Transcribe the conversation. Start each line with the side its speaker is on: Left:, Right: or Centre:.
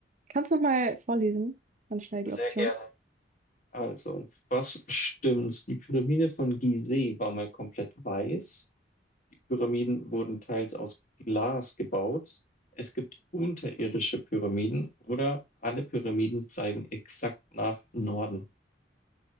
Right: kannst du nochmal vorlesen? Ganz schnell die
Left: Sehr
Right: Option.
Left: gerne. Also, was stimmt? Die Pyramide von Gizeh war mal komplett weiß. Die Pyramiden wurden teils aus Glas gebaut. Es gibt unterirdische Pyramiden oder alle Pyramiden zeigen exakt nach Norden.